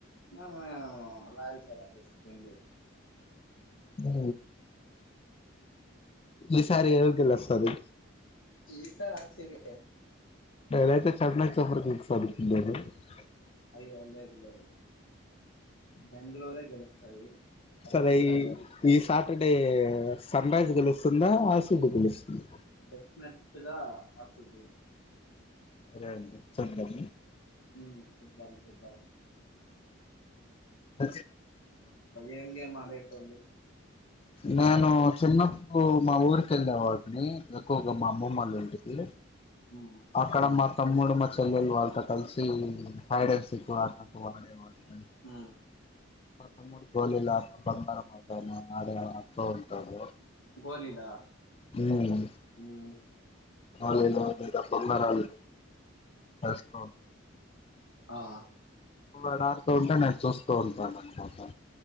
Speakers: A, on the left; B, on the left.
A: ఆ మీము రాయల్ చాలెంజెర్స్ బెంగళూరు
B: మ్ ఈసారి ఎవరు గేలుస్తారు
A: ఈసారి ఆర్సిబి యే
B: లేేదంతే చెన్నై సూపర్ కింగ్స్ <unintelligible>
A: అయ్యో లేదు లేదు బెంగళూరే గెలుస్తది ఖచ్చితంగా
B: సరే ఈ సాటర్డే సన్ రైజ్ గెలుస్తుందా ఆర్సీబి గెలుస్తుందా
A: డెఫినెట్గా ఆర్సీబి యే
B: సరే అండి చూద్దాం
A: మ్ చుద్దాం చుద్దాం
B: <inaudible>
A: ఏం గేమ్ ఆడేటోళ్ళు
B: నేను చిన్నప్పుడు మా ఊరికేళ్ళే వాడిని ఎక్కువగా మా అమ్మమ్మళ్ళింటికి
A: ఉమ్
B: అక్కడ మా తమ్ముడు మా చెల్లెళ్ళు వాళ్ళతో కలిసి హైడెన్ సిక్ వాడేవాళ్ళం
A: ఆ
B: మా తమ్ముడు గోలీ <unintelligible> బొంగరం <unintelligible> ఉంటడు
A: గోలీలా
B: ఉమ్
A: ఉమ్
B: అలేదఅలేద బంగారాన్ని తెస్తాం
A: ఆఅ
B: మిరాడ్తుండండి నేను చూస్తూ ఉంటాను అంటున్నా